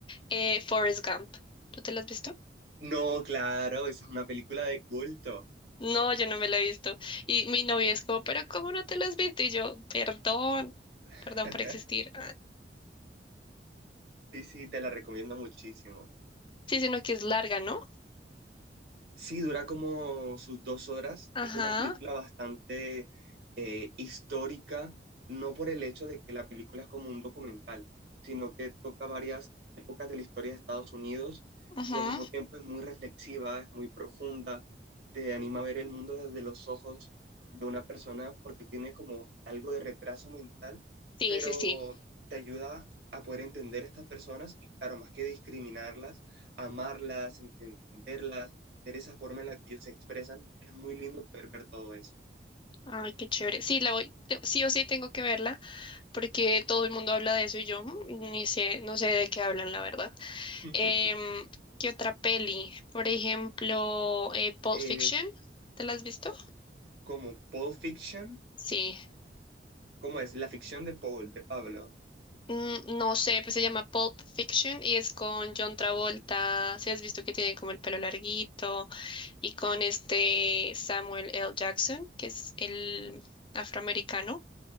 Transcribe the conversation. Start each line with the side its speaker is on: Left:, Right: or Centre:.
Left: Eh, Forrest Gump. ¿Tú te la has visto?
Right: No, claro, esa es una película de culto.
Left: No, yo no me la he visto. Y mi novio es como, pero ¿cómo no te la has visto? Y yo, perdón,
Right: <laughs>
Left: perdón por existir. Ah,
Right: Sí, sí, te la recomiendo muchísimo.
Left: Sí, sino que es larga, ¿no?
Right: Sí, dura como sus dos horas.
Left: Ajá,
Right: Es una película bastante eh, histórica, no por el hecho de que la película es como un documental, sino que toca varias épocas de la historia de Estados Unidos
Left: ajá.
Right: y al mismo tiempo es muy reflexiva, es muy profunda, te anima a ver el mundo desde los ojos de una persona porque tiene como algo de retraso mental,
Left: Sí,
Right: pero
Left: sí, sí.
Right: te ayuda a poder entender a estas personas y claro, más que discriminarlas, amarlas, entenderlas de esa forma en la que ellos se expresan, es muy lindo poder ver todo eso.
Left: Ay, qué chévere. Sí, la voy, te- sí o sí tengo que verla porque todo el mundo habla de eso y yo mm, ni sé, no sé de qué hablan, la verdad.
Right: <laughs>
Left: Em, ¿qué otra peli? Por ejemplo, eh, Pulp
Right: Eh,
Left: Fiction. ¿Te la has visto?
Right: como Paul Fiction,
Left: Sí.
Right: ¿cómo es? La ficción de Paul, de Pablo.
Left: Mm, no sé, pues se llama Pulp Fiction y es con John Travolta. Si has visto que tiene como el pelo larguito y con este Samuel L. Jackson, que es el afroamericano.